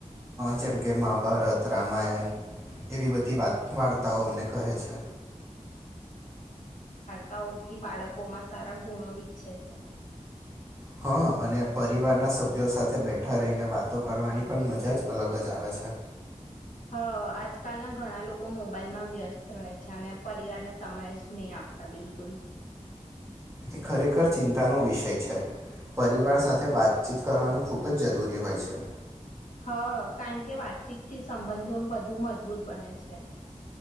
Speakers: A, on the right (about 20°); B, on the left (about 80°).
A: જેમ કે મહાભારત રામાયણ એવી બધી વાત વાર્તાઓ અમને કહે છે
B: તા ઓ થી બાળકો માં સારા ગુણો વિકસે છે
A: હા અને પરિવારના સભ્યો સાથે બેઠા રહીને વાતો કરવાની પણ મજા જ અલગ જ આવે છે
B: હ આજકાલના ઘણા લોકો મોબાઈલમાં વ્યસ્ત રહે છે અને પરિવારને સમય જ નહી આપતા બિલકુલ
A: એ ખરેખર ચિંતાનો વિષય છે પરિવાર સાથે વાતચીત કરવાનું ખૂબ જ જરૂરી હોય છે
B: હ કારણ કે વાતચીતથી સંબંધો વધુ મજબૂત બને છે